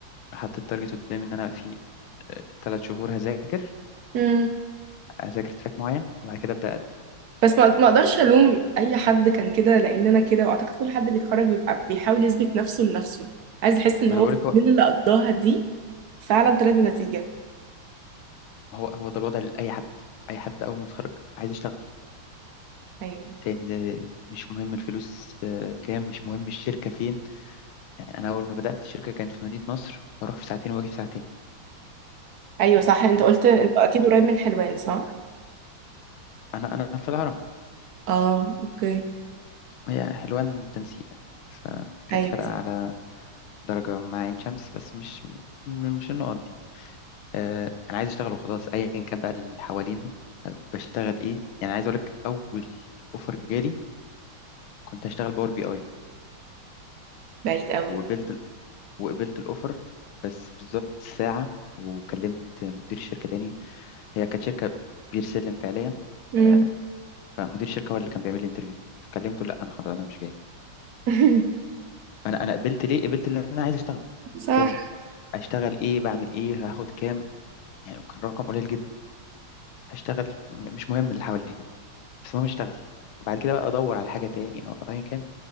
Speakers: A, on the left (about 85°); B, on the right (about 70°).
A: حطيت التارجت قدامي ان انا في ثلاث شهور هذاكر
B: مم.
A: هذاكر تراك معين وبعد كده ابدا اقدم
B: بس ما ما اقدرش الوم اي حد كان كده لان انا كده واعتقد كل حد بيتخرج بيبقى بيحاول يثبت نفسه لنفسه عايز يحس ان
A: ما
B: هو
A: انا بقولك
B: السنين
A: هو
B: اللي قضاها دي فعلا طلعت بنتيجه
A: هو هو ده الوضع لاي حد اي حد اول ما يتخرج عايز يشتغل
B: ايوه
A: تاني ده مش مهم الفلوس آه، كام مش مهم الشركه فين يعني انا اول ما بدات الشركه كانت في مدينه نصر بروح في ساعتين واجي في ساعتين
B: ايوه صح انت قلت انت اكيد قريب من حلوان صح
A: انا انا في الهرم
B: اه اوكي
A: هي حلوان تنسيق فكانت
B: ايوه
A: فرقه على درجه مع عين شمس بس مش م- مش النقط آه، انا عايز اشتغل وخلاص ايا كان بقى اللي حوالينا آه، بشتغل ايه يعني عايز اقول لك اول اوفر جالي كنت هشتغل باور بي اي
B: بعيد قوي
A: وقبلت ال- وقبلت الاوفر بس بالظبط ساعه وكلمت مدير الشركه تاني هي كانت شركه بير سلم فعليا
B: امم
A: آه، فمدير الشركه هو اللي كان بيعمل لي انترفيو فكلمته لا انا خلاص انا مش جاي
B: <laughs>
A: انا انا قبلت ليه قبلت لان انا عايز اشتغل
B: صح
A: تاني اشتغل ايه بعمل ايه هاخد كام يعني كان رقم قليل جدا هشتغل م- مش مهم اللي حواليا بس المهم اشتغل وبعد كده بقى ادور على حاجه تاني او ايا كان